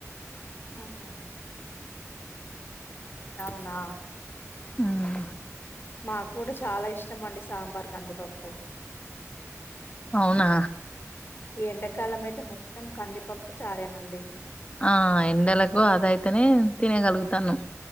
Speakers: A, on the left; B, on the left.
A: ఆహ అవునా
B: ఉమ్
A: మాకు కూడా చాలా ఇష్టం అండి సాంబార్ కందిపప్పు
B: అవునా
A: ఈ ఎండాకాలం అయితే మొత్తం కందిపప్పు చారె నండి
B: ఆ ఎండలకు అది ఆయితేనే తినగలుగుతన్నం